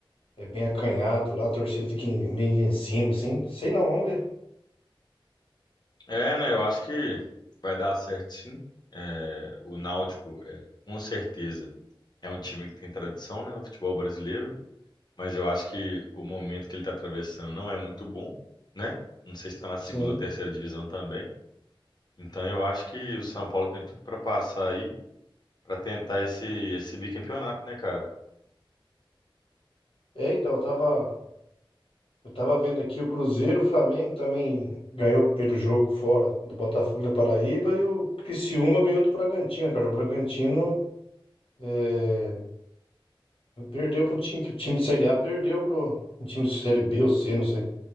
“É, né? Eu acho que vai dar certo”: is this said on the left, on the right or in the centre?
Left